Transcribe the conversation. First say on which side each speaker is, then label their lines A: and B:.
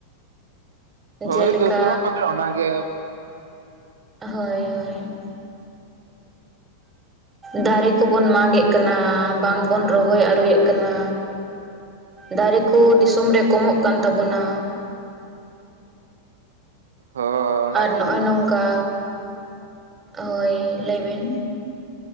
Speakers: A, on the right (about 65°); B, on the right (about 15°).
A: ᱦᱳᱭ
B: ᱡᱮᱞᱮᱠᱟ
A: ᱫᱳᱥ ᱫᱚ ᱦᱟᱸᱜ ᱯᱟᱞᱮ ᱚᱱᱟᱜᱮ
B: ᱦᱳᱭ ᱦᱳᱭ ᱫᱟᱨᱮ ᱠᱚᱵᱚᱱ ᱢᱟᱜᱮᱜ ᱠᱟᱱᱟ ᱵᱟᱝ ᱵᱚᱱ ᱨᱚᱦᱚᱭ ᱟᱹᱨᱳᱭᱮᱜ ᱠᱟᱱᱟ ᱫᱟᱨᱮ ᱠᱚ ᱫᱤᱥᱚᱢ ᱨᱮ ᱠᱚᱢᱚᱜ ᱠᱟᱱ ᱛᱟᱵᱚᱱᱟ
A: ᱦᱚᱻ
B: ᱟᱨ ᱱᱚᱜᱼᱚᱭ ᱱᱚᱝᱠᱟ ᱦᱳᱭ ᱞᱟᱹᱭ ᱵᱤᱱ